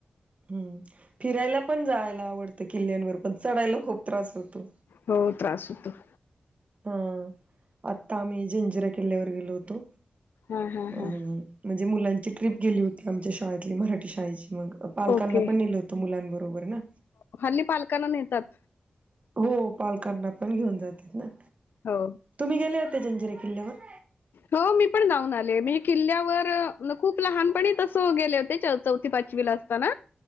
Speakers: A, on the right; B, on the left.
A: हम्म फिरायला पण जायला आवडतं किल्ल्यांवर पण चढायला खूप त्रास होतो
B: हो त्रास होतो
A: हा आत्ता आम्ही जंजिरा किल्ल्यावर गेलो होतो
B: हा हा
A: अ
B: हा
A: म्हणजे मुलांची ट्रिप गेली होती आमच्या शाळेतली मराठी शाळेची मग पालकांना
B: ओके
A: पण नेलं होतं मुलांबरोबर ना
B: हल्ली पालकांना नेतात
A: हो पालकांना पण घेऊन जातात ना
B: हो
A: तुम्ही गेले जंजिरा किल्ल्यावर
B: हो मी पण जाऊन आले मी किल्ल्यावर खूप लहानपणी तस गेले होते चौथी पाचवी ला असताना